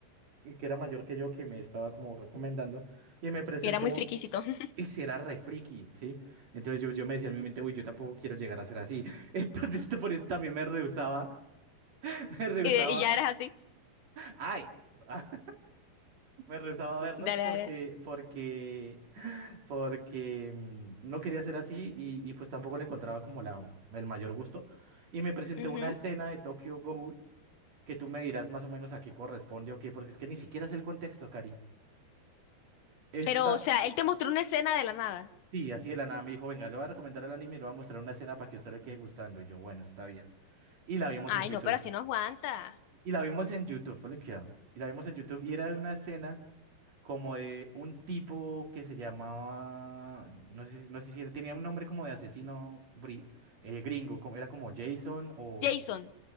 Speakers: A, on the right (about 45°); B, on the left (about 80°).
A: eh, que era mayor que yo que me estaba como recomendando y me presentó.
B: Y era muy friquisito. <laughs>
A: Y si era re friki, ¿sí? Entonces yo, yo me decía en mi mente, uy, yo tampoco quiero llegar a ser así. <laughs> Entonces por eso también me rehusaba, <laughs> me rehusaba,
B: Y, de- y ya eras así.
A: ay, <laughs> me rehusaba a verlos
B: Dale,
A: porque,
B: dale.
A: porque, porque mm, no quería ser así y, y pues tampoco le encontraba como la, el mayor gusto. Y me presentó
B: Ujú.
A: una escena de Tokyo Ghoul que tú me dirás más o menos a qué corresponde o qué, porque es que ni siquiera es el contexto, Cari. Esta
B: Pero, o sea, él te mostró una escena de la nada.
A: Sí, así de la nada me dijo, venga, le voy a recomendar el anime y le voy a mostrar una escena para que a usted le quede gustando. Y yo, bueno, está bien. Y la vimos
B: Ay,
A: en YouTube.
B: no, pero así no aguanta.
A: Y la vimos en YouTube, ponle cuidado. Y la vimos en YouTube y era de una escena como de un tipo que se llamaba, no sé, si- no sé si era- tenía un nombre como de asesino bri- eh, gringo, como, era como Jason o
B: Jason.